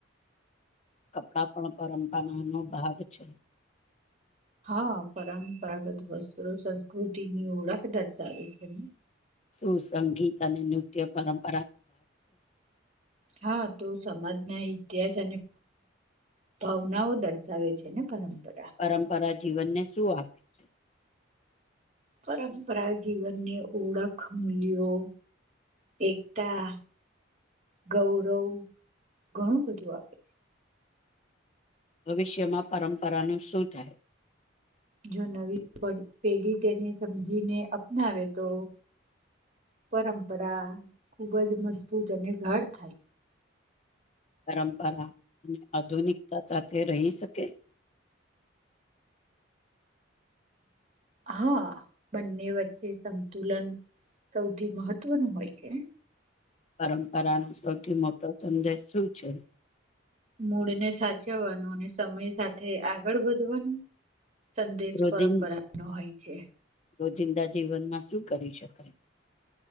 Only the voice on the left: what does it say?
કપડાં પણ પરંપરાનાનો ભાગ છે
સુસંગીત અને નૃત્ય પરંપરા
પરંપરા જીવનને શું આપે છે
ભવિષ્યમાં પરંપરાનું શું થાય
પરંપરા અને આધુનિકતા સાથે રહી શકે
પરંપરાનો સૌથી મોટો સંદેશ શું છે
રોજિન
રોજિંદા જીવનમાં શું કરી શકાય